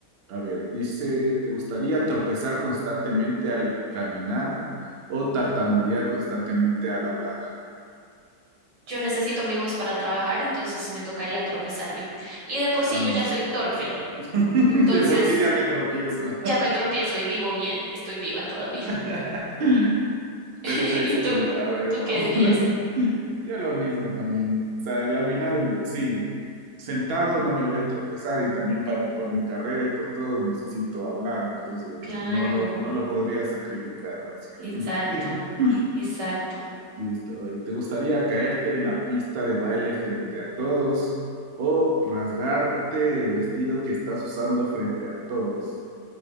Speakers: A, on the right; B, on the right.
A: a ver, dice, ¿te gustaría tropezar constantemente al caminar o tartamudear constantemente al hablar?
B: Yo necesito mi voz para trabajar, entonces me tocaría tropezarme. Y de por sí
A: Vamos
B: yo ya soy
A: a tropezar.
B: torpe,
A: <laughs>
B: entonces
A: De por sí ya me tropiezo.
B: ya me tropiezo y vivo bien, estoy viva todavía.
A: <laughs>
B: <laughs>
A: Perfecto.
B: ¿Y tú?
A: A ver,
B: ¿Tú
A: vamos.
B: qué dirías?
A: <laughs> Yo lo mismo también. O sea, al final, sí, sentado no me voy a tropezar y también para, por mi carrera y por todo necesito hablar, entonces
B: Claro,
A: no lo, no lo podría sacrificar, básicamente.
B: exacto,
A: <laughs>
B: exacto.
A: Listo, a ver, ¿te gustaría caerte en la pista de baile frente a todos o rasgarte el vestido que estás usando frente a todos?